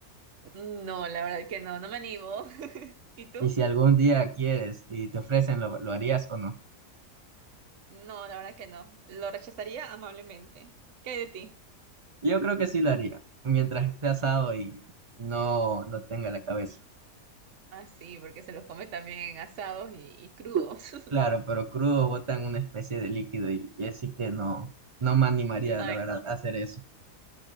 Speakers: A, on the right; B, on the right.
A: No, la verdad que no, no me animo. <laughs> ¿Y tú?
B: Y si algún día quieres y te ofrecen, ¿lo, lo harías o no?
A: No, la verdad que no. Lo rechazaría amablemente. ¿Qué hay de ti?
B: Yo creo que sí lo haría, mientras esté asado y no, no tenga la cabeza.
A: Ah, sí, porque se los come también en asados y, y crudos. <laughs>
B: Claro, pero crudo botan una especie de líquido y, y así que no, no me animaría,
A: Ay,
B: la verdad,
A: no,
B: a hacer eso.